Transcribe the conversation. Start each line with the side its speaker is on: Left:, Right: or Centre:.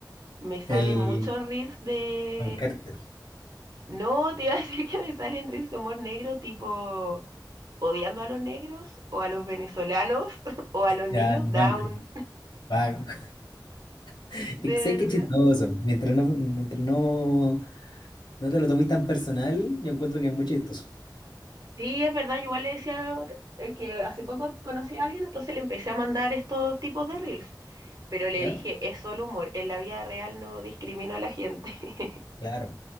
Right: me salen
Left: El
Right: muchos reels de...
Left: Don Carter.
Right: No, te iba a <laughs> decir que me salen reels de humor negro tipo odiando a los negros o a los venezolanos <laughs> o a los niños
Left: Ya, el banco.
Right: down.
Left: Banco. <laughs>
Right: <laughs> De
Left: Sé que
Right: verdad.
Left: es chistoso. Mientras no, mientras no, no te lo tomes tan personal, yo encuentro que es muy chistoso.
Right: Sí, es verdad, igual le decía eh, que hace poco conocí a alguien, entonces le empecé a mandar estos tipos de reels, pero le
Left: ¿Ya?
Right: dije, es solo humor, en la vida real no discrimino a la gente. <laughs>
Left: Claro.